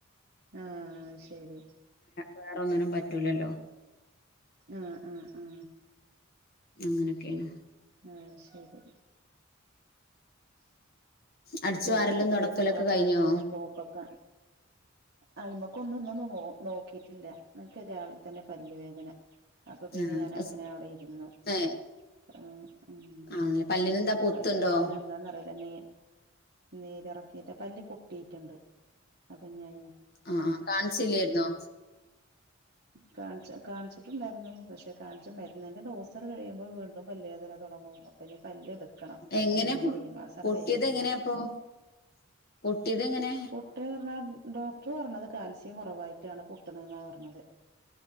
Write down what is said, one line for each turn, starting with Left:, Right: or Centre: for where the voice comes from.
Right: ആഹ ശരി
Left: വേറൊന്നിനും പറ്റൂലല്ലോ
Right: ആഹ ആഹ ആഹ
Left: അങ്ങനൊക്കേണ്
Right: ആഹ ശരി
Left: അടിച്ചു
Right: പിന്നെ
Left: വാരലും
Right: കുട്ട്യളും
Left: തുടക്കലൊക്കെ
Right: മക്കളൊക്കെ
Left: കഴിഞ്ഞോ
Right: ആയി കഴിഞ്ഞാ പോക്കൊക്കെ അയി മക്കൊന്നും ഒന്നു ന്ന് നോ നോക്കിട്ടില്ല നിക്ക് രാവിലെ തന്നെ പല്ല് വേദന അപ്പൊ പിന്നെ
Left: ആ
Right: ഞാൻ
Left: എസ്-
Right: അങ്ങനെ അവിടെ ഇരുന്നു
Left: ഏ
Right: ആ ഉം
Left: ആണല്ലേ പല്ലിന് എന്താ പൊത്തുണ്ടോ
Right: പല്ല് വേദന എന്താന്നറിലാ നീ നീരറക്കായിട്ട് പല്ല് പൊട്ടീറ്റ്ണ്ട് അപ്പൊഞയ്
Left: ആഹ് ആ കാണിച്ചില്ലേര്ന്നോ
Right: കാണ്ച്ച കാണ്ച്ചിട്ടുണ്ടായിരുന്നു പക്ഷെ കാണ്ച്ച മരുന്നിന്റെ ഡോസാണ്ട് കഴിയുമ്പോൾ വീണ്ടും പല്ല് വേദന തുടങ്ങും അപ്പനി പല്ല് എടുക്കണം അപ്പ
Left: എങ്ങനെ
Right: എന്തായാലും
Left: പൊ-
Right: ഈ മാസാട്
Left: പൊട്ടിയത്
Right: കഴിയട്ടേച്ച്
Left: <unintelligible> പൊട്ടിയത് എങ്ങനെ
Right: പൊട്ട് പറഞ്ഞാ ഡോക്ടർ പറഞ്ഞത് കാൽസ്യം കുറവായിട്ടാണ് പൊട്ട്ണെന്നാ പറഞ്ഞത്